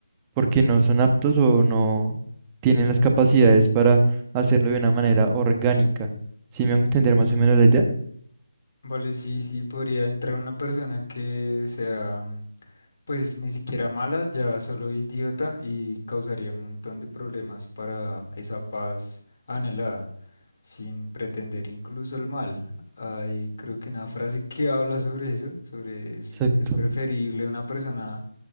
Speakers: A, on the right; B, on the left.
A: porque no son aptos o no tienen las capacidades para hacerlo de una manera orgánica. ¿Sí me van a entender más o menos la idea?
B: Vale, sí, sí, podría entrar una persona que sea mm, Pues ni siquiera mala, ya solo idiota y causaría un montón de problemas para esa paz anhelada, sin pretender incluso el mal. Hay creo que una frase que habla sobre eso, sobre es,
A: Exacto,
B: es preferible una persona